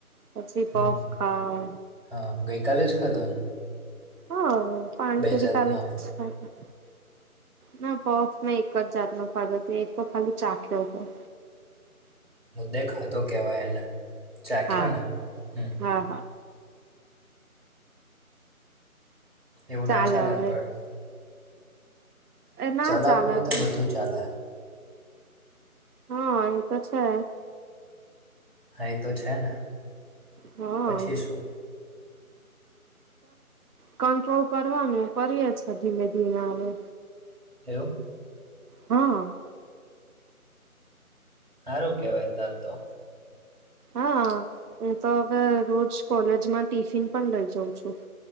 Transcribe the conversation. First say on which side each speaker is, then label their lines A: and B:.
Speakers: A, on the right; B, on the right.
A: પછી પફ
B: હમ
A: ખાવ.
B: હા ગઈકાલે જ ખાધા ને.
A: હા પાણીપુરી
B: બે જાતનો
A: તો કાલે જ ખાધી. ના બફ મેં એક જ જાતનું ખાધ હતું એક તો ખાલી ચાખ્યો પણ.
B: મુદ્દે ખધો કહેવાય એને ચાખ્યો
A: હા
B: ને હમ.
A: હા હા.
B: એવું
A: ચાલે
B: ના ચાલન
A: હવે.
B: પણ.
A: ના
B: ચલાવવું
A: ચાલે
B: હોય તો
A: પણ
B: બધું ચાલે.
A: હા એ તો છે.
B: હા એ તો છે ને.
A: હા.
B: પછી શું?
A: ચાલ કંટ્રોલ કરવાનું કરીે છે ધીમે ધીમે આવે.
B: થવું.
A: હા.
B: સારું કેવાય તાર તો.
A: હા હું તો હવે રોજ કોલેજમાં ટિફિન પણ લઈ જાઉં છું.